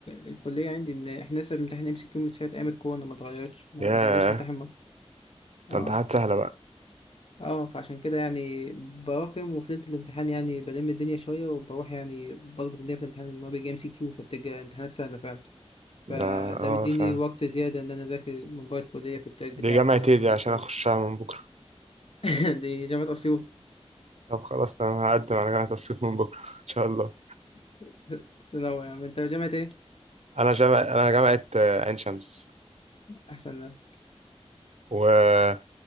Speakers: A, on the left; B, on the right.
A: الكلية عندي ان احنا لسه بنمتحن ام سي كيو من ساعة ايام الكورونا ما اتغيرتش ما
B: ياه
A: رجعناش نمتحن مرة اه
B: ده امتحانات سهلة بقى
A: اه فعشان كده يعني براكم وفي ليلة الامتحان يعني بلم الدنيا شوية وبروح يعني بظبط الدنيا في الامتحان اللي هو بيجي ام سي كيو فبتبقى امتحانات سهلة فعلا
B: ده
A: فده
B: اه
A: مديني
B: فعلا
A: وقت زيادة إن أنا أذاكر موبايل الكلية في التراك بتاعه
B: دي جامعة
A: كده
B: ايه
A: وبروجكتات
B: دي عشان اخشها من بكرة
A: <laughs> دي جامعة أسيوط
B: طب خلاص تمام هقدم على جامعة اسيوط من بكرة <laughs> ان شاء الله
A: <laughs> تنوع يعني أنت جامعة إيه؟
B: انا جامعة انا جامعة آه، عين شمس
A: أحسن ناس
B: و...